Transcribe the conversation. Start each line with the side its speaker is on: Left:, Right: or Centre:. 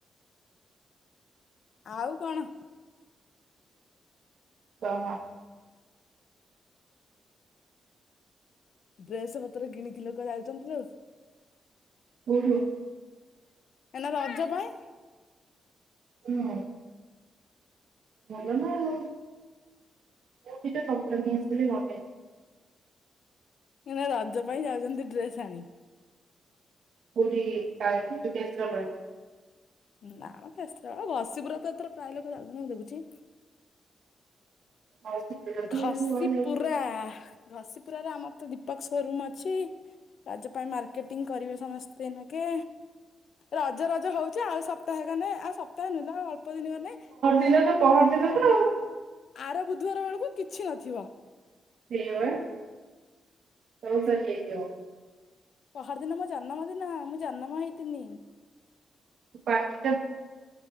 Left: ଆଉ କଣ?
Right: କହ?
Left: ଡ୍ରେସ ପତ୍ର କିଣିକି ଲୋକ ଯାଉଛନ୍ତି ଲୋ?
Right: ଉଁ ହୁଁ।
Left: ଏନା ରଜ ପାଇଁ?
Right: <inaudible> ଭଲ ନାଁ ଆଉ ମୁଁ ଦିଟା କପଡ଼ା ନେଇ ଆସିଥିଲି ବନେଇବି।
Left: ଏଇନା ରଜ ପାଇଁ ଯାଉଚନ୍ତି ଡ୍ରେସ ଆଣି।
Right: କଉଠି <unintelligible> କେନ୍ଦ୍ରାପଡ଼ା।
Left: ନାଁ ମ କେସ୍ତାପାଳ ଘସିପୁରା ତ ଏଥର ପ୍ରାୟେ ଲୋକ ଯାଉଚନ୍ତି ମୁଁ ଦେଖୁଚି।
Right: ପାଇଁ
Left: ଘସି ପୁରା ଘସି ପୁରାରେ ଆମର ତ ଦୀପକ ସୋରୁମ୍ ଅଛି। ରଜ ପାଇଁ ମାର୍କେଟିଂ କରିବେ ସମସ୍ତେ ଏନାକେ, ରଜ ରଜ ହୋଉଚ ଆଉ ସ ସପ୍ତାହେ ଗନେ, ଆଉ ସପ୍ତାହେ ନୁହେଲୋ ଆଉ ଅଳ୍ପ ଦିନି ଗନେ
Right: ଏନାତ ପହଦିନତ ଆଉ
Left: ଆର ବୁଧବାର ବେଳକୁ କିଛି ନଥିବ।
Right: ସେୟାପା, ସବୁ ସରିଯାଇଥିବ।
Left: ପହରିଦିନ ମୋ ଜନମ ଦିନ, ମୁଁ ଜନମ ହେଇଥିନି।
Right: ତୁ କାଟେ